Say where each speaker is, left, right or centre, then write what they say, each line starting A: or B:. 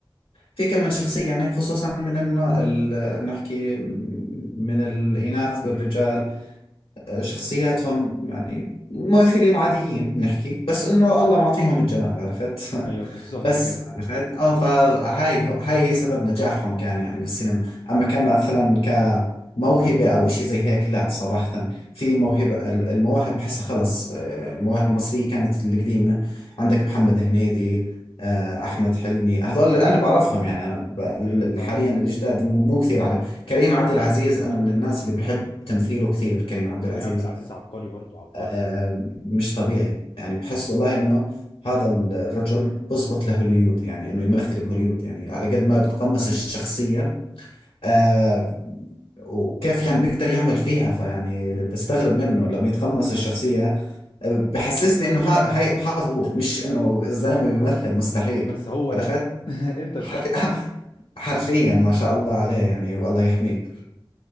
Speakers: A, on the left; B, on the left.
A: كم من شخصية يعني خصوصا من النا... ال... نحكي من الإناث والرجال شخصياتهم يعني ممثلين عاديين نحكي بس إنه الله معطيهم الجمال عرفت
B: أيوه
A: <laughs>
B: بالظبط
A: بس
B: كده
A: عرفت اه فهاي هو- هاي هي سبب نجاحهم كان يعني بالسينما اما كان مثلا كموهبة او اشي زي هيك لا صراحة في موهبة ال- المواهب بحسها خلص آه، المواهب المصرية كانت القديمة عندك محمد هنيدي آه، احمد حلمي هذول اللي انا بعرفهم يعني انا ب- ال-
B: أيوه فاهم
A: حاليا الجداد مو مو كثير على كريم عبد العزيز انا من الناس اللي بحب تمثيله كثير كريم عبد
B: كريم
A: العزيز
B: عبد العزيز عبقري برضو عبقري
A: آه، مش طبيعي يعني بحس والله انه هذا الرجل بزبط لهوليود يعني انه يمثل بهوليود يعني على قد ما بتقمص الشخصية آه وكيف يعني بيقدر يعمل فيها فيعني
B: مم.
A: بستغرب منه لما يتقمص الشخصية آه، بحسسني انه ها- هاي هذا هو مش انه الزلمة بيمثل مستحيل
B: مش بس هو
A: عرفت
B: ده <laughs> انت الشخص
A: حرف- <laughs> حرفيا ما شاء الله عليه يعني والله يحميه